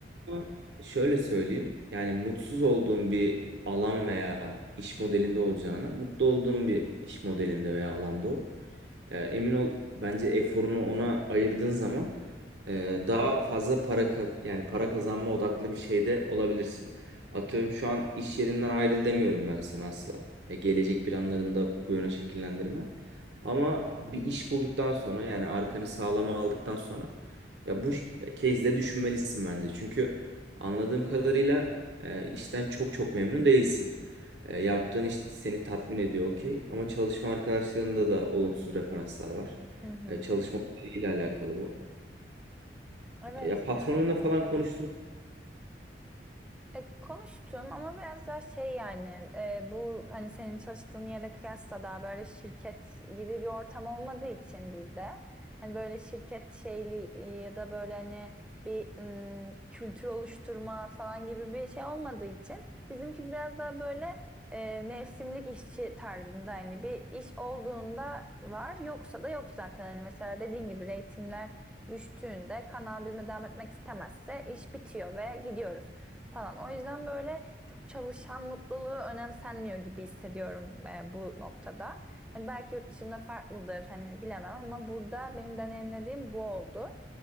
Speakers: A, on the right; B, in the centre.
A: Ama şöyle söyleyeyim. Yani mutsuz olduğum bir alan veya iş modelinde olacağına mutlu olduğum bir iş modelinde veya alanda ol. E, emin ol bence eforunu ona ayırdığın zaman e, daha fazla para ka- yani para kazanma odaklı bir şeyde olabilirsin. Atıyorum şu an iş yerinden ayrıl demiyorum ben sana asla. Ya gelecek planlarında bu yöne şekillendirme. Ama bir iş bulduktan sonra yani arkanı sağlama aldıktan sonra ya bu ş- ya case'de düşünmelisin bence. Çünkü anladığım kadarıyla e, işten çok çok memnun değilsin. E, yaptığın iş seni tatmin ediyor okey. Ama çalışma arkadaşlarında da olumsuz referanslar var.
B: Hı hı.
A: E, çalışma ile alakalı bu.
B: Evet
A: Ya patronunla
B: yani mecbur.
A: falan konuştum.
B: E, konuştum ama biraz daha şey yani e, bu hani senin çalıştığın yere kıyasla daha böyle şirket gibi bir ortam olmadığı için bizde hani böyle şirket şeyli e, ya da böyle hani bir m, kültür oluşturma falan gibi bir şey olmadığı için bizimki biraz daha böyle e, mevsimlik işçi tarzında hani bir iş olduğunda var yoksa da yok zaten hani mesela dediğin gibi reytingler düştüğünde kanal bizimle devam etmek istemezse iş bitiyor ve gidiyoruz falan. O yüzden böyle çok çalışan mutluluğu önemsenmiyor gibi hissediyorum e, bu noktada. Hani belki yurt dışında farklıdır hani bilemem ama burada benim deneyimlediğim bu oldu.